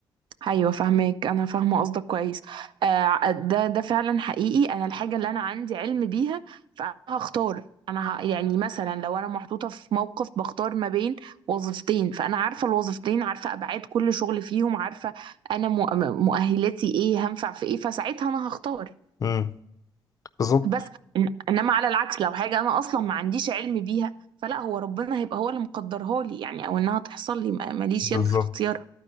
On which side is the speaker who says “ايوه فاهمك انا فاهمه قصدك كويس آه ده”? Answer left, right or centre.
Right